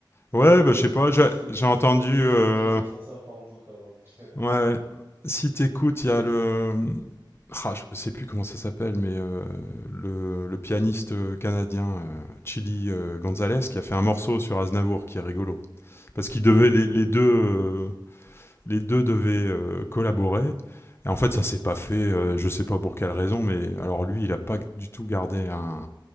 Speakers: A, on the left (about 30°); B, on the right (about 30°).
A: Ouais,
B: En tout
A: bah,
B: cas,
A: je sais
B: c'est,
A: pas,
B: c'est,
A: j'ai
B: c'est-
A: j'ai entendu.
B: c'est-
A: euh,
B: ces musiques, elles sont sympas en tout cas. Donc, <laughs>
A: Ouais, si t'écoutes, il y a le. Ah, je sais plus comment ça s'appelle, mais euh, le, le pianiste euh, canadien euh, Chili euh, Gonzalez qui a fait un morceau sur Aznavour qui est rigolo. Parce qu'ils devaient, les, les deux, euh, les deux devaient euh, collaborer. Et en fait, ça
B: d'accord.
A: s'est pas fait, euh, je sais pas pour quelle raison, mais alors lui, il a pas du tout gardé un,